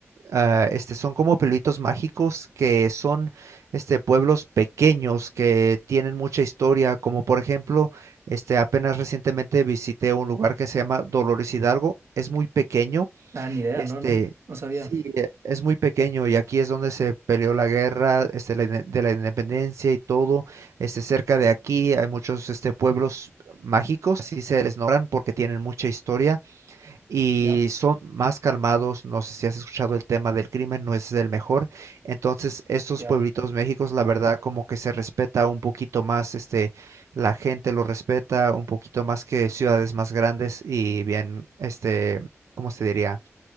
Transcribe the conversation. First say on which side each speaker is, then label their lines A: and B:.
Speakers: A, on the right; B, on the right.
A: Ah, este son como pueblitos mágicos que son este pueblos pequeños que tienen mucha historia, como por ejemplo, este apenas recientemente visité un lugar que se llama Dolores Hidalgo, es muy pequeño
B: Ah, ni idea,
A: este,
B: no, no, no sabía.
A: sí, e- es muy pequeño y aquí es donde se peleó la guerra, este, la ine- de la independencia y todo. Este, cerca de aquí hay muchos, este, pueblos mágicos, así se les nombran porque tienen mucha historia y
B: Ya,
A: son más calmados. No sé si has escuchado el tema del crimen, no es el mejor. Entonces, estos
B: ya.
A: pueblitos méxicos, la verdad, como que se respeta un poquito más, este, la gente lo respeta un poquito más que ciudades más grandes y bien, este, ¿cómo se diría?